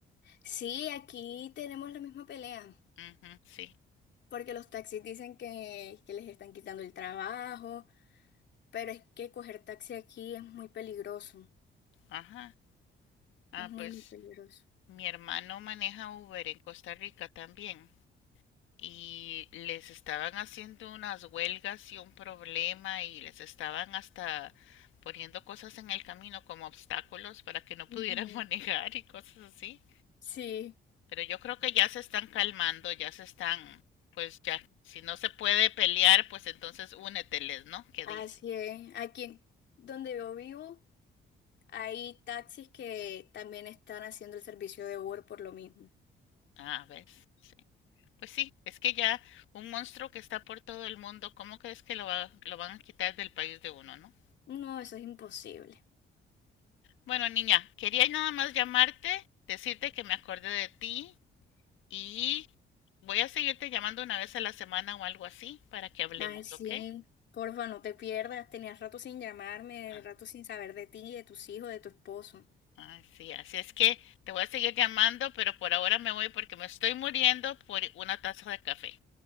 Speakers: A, on the left (about 60°); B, on the left (about 80°).
A: sí, aquí tenemos la misma pelea,
B: Ujú, sí,
A: porque los taxis dicen que, que les están quitando el trabajo, pero es que coger taxi aquí es muy peligroso,
B: ajá. Ah,
A: es muy,
B: pues
A: muy peligroso.
B: mi hermano maneja Uber en Costa Rica también y les estaban haciendo unas huelgas y un problema y les estaban hasta poniendo cosas en el camino como obstáculos para que no
A: Ujú.
B: pudieran <laughs> manejar y cosas así.
A: Sí,
B: Pero yo creo que ya se están calmando, ya se están, pues ya, si no se puede pelear, pues entonces úneteles, ¿no? ¿Qué
A: así
B: dice?
A: es. Aquí donde yo vivo hay taxis que también están haciendo el servicio de Uber por lo mismo.
B: Ah, ¿ves? Sí. Pues sí, es que ya un monstruo que está por todo el mundo, ¿cómo crees que lo, va- lo van a quitar del país de uno, no?
A: No, eso es imposible.
B: Bueno, niña, quería nada más llamarte, decirte que me acordé de ti y voy a seguirte llamando una vez a la semana o algo así para que hablemos,
A: Ay, sí,
B: ¿ok?
A: porfa, no te pierdas. Tenías rato sin llamarme,
B: Ah,
A: rato sin saber de ti, de tus hijos, de tu esposo.
B: Así, así es que te voy a seguir llamando, pero por ahora me voy porque me estoy muriendo por una taza de café.